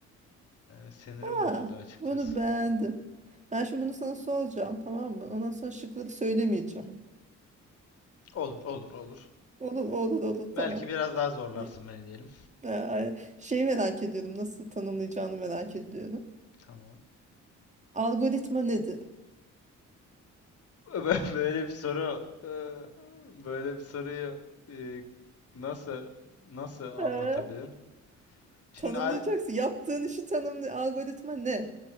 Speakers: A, on the left; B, on the right.
A: Yani sinirim
B: Ha,
A: bozuldu açıkçası.
B: bunu beğendim. Ben şimdi bunu sana soracağım tamam mı? Ondan sonra şıkları söylemeyeceğim.
A: Olur, olur, olur.
B: Olur olur olur
A: Belki
B: tamam.
A: biraz daha zorlarsın
B: Diye.
A: beni diyelim.
B: Ha, ay- Şeyi merak ediyorum. Nasıl tanımlayacağını merak ediyorum.
A: Tamam.
B: Algoritma nedir?
A: <laughs> Böyle bir soru e, böyle bir soruyu e, nasıl nasıl anlatabilirim?
B: Ha,
A: Şimdi
B: Tanımlayacaksın.
A: al-
B: Yaptığın işi tanımlı. Algoritma ne?